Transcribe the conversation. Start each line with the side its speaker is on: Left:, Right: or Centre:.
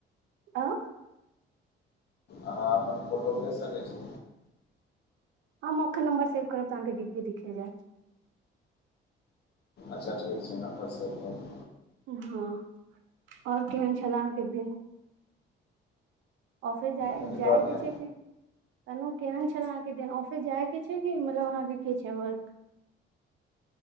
Right: आं
Left: अहाँ अपन फोटो भेज सकै छी?
Right: हम अखन नंबर सेव करब तऽ अहाँ के डीपी दिखे जैत।
Left: अच्छा ठीक छै नंबर सेव कऽ
Right: हँ और केहन छेलाह अहाँके दिन? ऑफिस जा
Left: कथी
Right: जाए
Left: कहलियै
Right: के छै कि? कहनौ केहन छला अहाँ के दिन, ऑफिस जाय के छै कि मतलब अहाँके की छै वर्क,